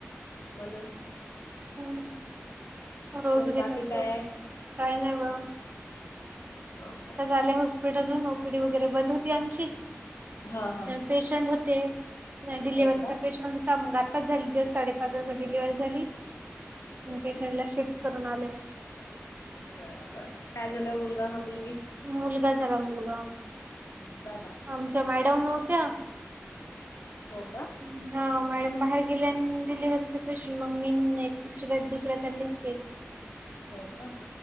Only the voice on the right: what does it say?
हम्म रोज
नेत
असतो
काही नाही गं.
झाले हॉस्पिटल हून ओपीडी वगैरे बंद होती आमची.
पेशंट होते. डिलिव्हरीचा
पेशंट होता, मग आताचं झाली जस्ट साडेपाच वाजता डिलिव्हरी झाली.
पेशंटला
शिफ्ट करून आले
मुलगा झाला मुलगा,
आमच्या मॅडम नव्हत्या.
हो. मॅडम बाहेर गेल्या आणि डिलेव्हरीच पेशंट मग, मी एक सिस्टर दुसऱ्या त्यांनीच केली.